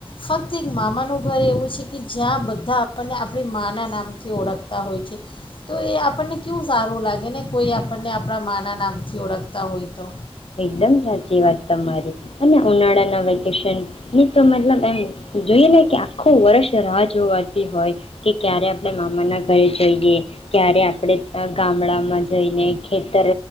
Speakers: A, on the left (about 55°); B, on the left (about 70°).
A: ફક્ત એક મામાનું ઘર એવું છે કે જ્યાં બધા આપણને આપણી માના નામથી ઓળખતા હોય છે. તો એ આપણને કેવું સારું લાગે ને કોઈ આપણને આપણા માના નામથી ઓળખતા હોય તો.
B: એકદમ સાચી વાત તમારી. અને ઉનાળાના વેકેશન ની તો મતલબ એમ જોઈએ ને કે આખું વર્ષ રાહ જોવાતી હોય કે ક્યારે આપણે મામાના ઘરે જઈએ, ક્યારે આપણે અ ગામડામાં જઈને, ખેતર